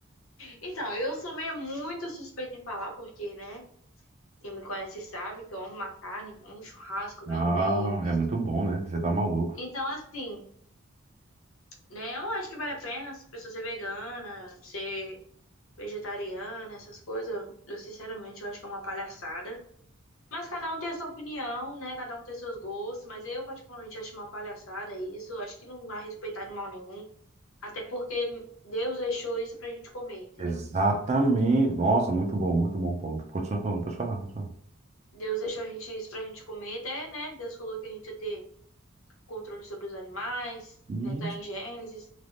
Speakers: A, on the left; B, on the right.
A: Então, eu sou meio muito suspeita em falar, porque, né? Quem me conhece sabe que eu amo uma carne, amo um churrasco, meu
B: Ah,
A: Deus.
B: é muito bom, né? Você tá maluco.
A: Então, assim, né? Eu não acho que vale a pena se pessoa ser vegana, ser vegetariana, essas coisas. Eu, sinceramente, eu acho que é uma palhaçada. Mas cada um tem a sua opinião, né? Cada um tem seus gostos. Mas eu, particularmente, acho uma palhaçada isso. Eu acho que não vai respeitar animal nenhum. Até porque Deus deixou isso pra gente comer, entendeu?
B: Exatamente. Nossa, muito bom, muito bom ponto. Continua falando, pode falar, pode falar.
A: Deus deixou a gente isso pra gente comer, até, né? Deus falou que a gente ia ter controle sobre os animais,
B: Uhum.
A: né? Tá em Gênesis,